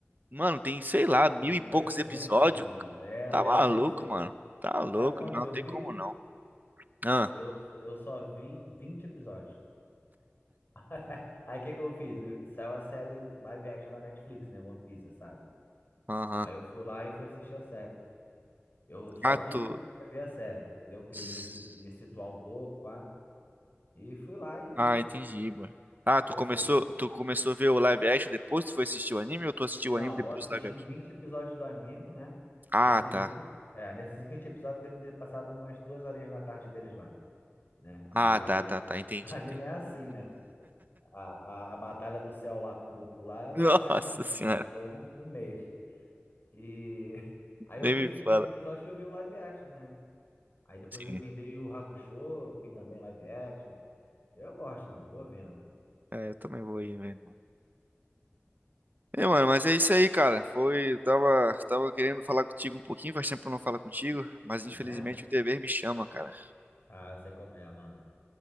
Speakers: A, on the right; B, on the left.
A: mano, tem, sei lá, mil
B: São
A: e poucos
B: trezentos
A: episódios.
B: mano. É, até
A: Tá maluco,
B: onde eu sei.
A: mano. Tá louco,
B: Sabe quantos
A: não
B: eu
A: tem
B: vi?
A: como não. Ah,
B: Eu, eu só vi 20 episódios. <laughs> Aí o que que eu fiz? Eu- saiu a série live action da Netflix, né? One Piece, sabe?
A: aham.
B: Aí eu fui lá e fui assistir a série. Eu só
A: Ah,
B: vi
A: tu.
B: porque eu queria ver a série, entendeu? Eu queria
A: <sniffs>
B: me, si- me situar um pouco, pá. E fui lá e vi.
A: Ah, entendi, mano. Ah, tu
B: Ou
A: começou,
B: seja,
A: tu começou a ver o live action depois? Tu foi assistir o anime ou tu assistiu
B: não,
A: o anime depois
B: eu assisti
A: do live action?
B: 20 episódios do anime, né?
A: Ah,
B: Nesses
A: tá.
B: vinte, é, nesses vinte episódios deve ter passado umas duas horinhas na tarde deles lá, né?
A: Ah,
B: Que
A: tá,
B: anime,
A: tá, tá. Entendi,
B: <laughs> anime
A: entendi.
B: é assim, né? A, a, a batalha do céu lá com o Goku lá era
A: <laughs>
B: uma tardezinha,
A: Nossa senhora,
B: durou uma- um mês. E <laughs> aí eu
A: nem
B: vi
A: me
B: esses
A: fala.
B: 20 episódios e vi o live action, né? Aí depois
A: Sim.
B: eu emendei o Yu Yu Hakusho, vi também live action. Eu gosto, mano, vou vendo,
A: É, eu também vou ir vendo. É, mano, mas é isso aí, cara. Foi, tava, tava querendo falar contigo um pouquinho, faz tempo que eu não falo contigo, mas infelizmente
B: né?
A: o dever me chama, cara.
B: Ah, eu sei como é, mano.